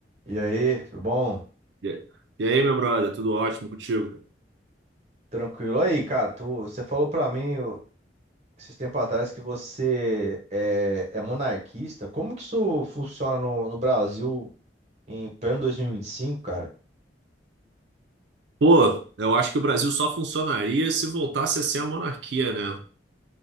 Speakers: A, on the right; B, on the right.
A: E aí, tudo bom?
B: E e aí, meu brother, tudo ótimo contigo?
A: Tranquilo. Aí, cara, tu, você falou pra mim o- esses tempos atrás que você é, é monarquista. Como que isso funciona no, no Brasil em pleno 2025, cara?
B: Pô, eu acho que o Brasil só funcionaria se voltasse a ser a monarquia, né?